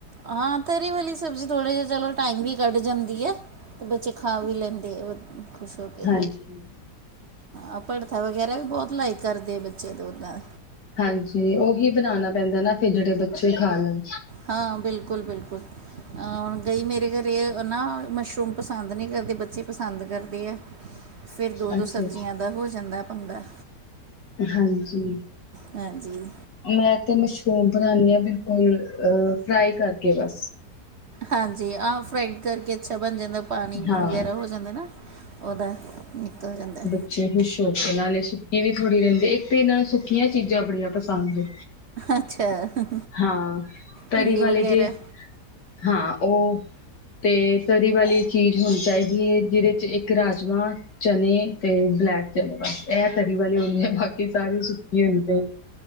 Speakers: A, on the right (about 55°); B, on the left (about 80°).
A: ਹਾਂ ਤੇਰੀ ਵਾਲੀ ਸਬਜ਼ੀ ਥੋੜੇ ਜਿਹੇ ਚਲੋ ਟਾਈਮ ਵੀ ਕੱਢ ਜਾਂਦੀ ਹੈ ਤੇ ਬੱਚੇ ਖਾ ਵੀ ਲੈਂਦੇ ਆ ਖੁਸ਼ ਹੋ ਕੇ
B: ਹਾਂਜੀ।
A: ਆ ਭੜਥਾ ਵਗੈਰਾ ਵੀ ਬਹੁਤ ਲਾਈਕ ਕਰਦੇ ਆ ਬੱਚੇ ਦੇ ਉੱਦਾਂ
B: ਹਾਂਜੀ ਉਹੀ ਬਣਾਉਣਾ ਪੈਂਦਾ ਨਾ ਫਿਰ ਜਿਹੜੇ ਬੱਚੇ ਹੀ ਖਾ ਲੈਣ।
A: ਹਾਂ ਬਿਲਕੁਲ -ਬਿਲਕੁਲ ਗਈ ਮੇਰੇ ਘਰੇ ਨਾ ਮਸ਼ਰੂਮ ਪਸੰਦ ਨਹੀਂ ਕਰਦੇ ਬੱਚੇ ਪਸੰਦ ਕਰਦੇ ਆ। ਫਿਰ ਦੋ-ਦੋ
B: ਅੱਛਾ
A: ਸਬਜ਼ੀਆਂ
B: ਅੱਛਾ
A: ਦਾ ਹੋ ਜਾਂਦਾ ਪੰਗਾ।
B: ਹਾਂਜੀ
A: ਹਾਂਜੀ
B: ਮੈਂ ਤੇ ਮਸ਼ਰੂਮ ਬਣਾਨਣੀ ਆ ਬਿਲਕੁਲ ਅ ਫਰਾਈ ਕਰਕੇ ਬਸ
A: ਹਾਂਜੀ ਆਹ ਫਰਾਈਡ ਕਰਕੇ ਅੱਛਾ ਬਣ ਜਾਂਦਾ। ਪਾਣੀ
B: ਹਾਂ।
A: ਵਗੈਰਾ ਹੋ ਜਾਂਦੇ ਨਾ ਉਹਦਾ ਨਿਕਲ ਜਾਂਦਾ।
B: ਅ ਖੁਸ਼ ਹੋ ਕੇ ਨਾਲੇ ਸੁੱਕੀ ਵੀ ਥੋੜੀ ਰਹਿੰਦੀ ਇੱਕ ਤੇ ਇਹਨਾਂ ਨੂੰ ਸੁੱਕੀਆਂ ਚੀਜ਼ਾਂ ਬੜੀਆਂ ਪਸੰਦ ਏ।
A: ਅੱਛਾ
B: ਹਾਂ ਤਰੀ
A: ਭਿੰਡੀ
B: ਵਾਲੇ
A: ਵਗੈਰਾ
B: ਜੇ ਹਾਂ ਉਹ ਤੇ ਤਰੀ ਵਾਲੀ ਚੀਜ਼ ਹੋਣੀ ਚਾਹੀਦੀ ਏ ਜਿਹਦੇ ਇੱਕ ਰਾਜਮਾਂ ਚਨੇ ਤੇ ਬਲੈਕ ਚਨੇ ਬਸ ਇਹ ਤਰੀ ਵਾਲੇ ਹੁੰਣੇ ਆ ਬਾਕੀ ਸਾਰੀ ਸੁੱਕੀ ਹੁੰਣੀ ਚਾਹੀ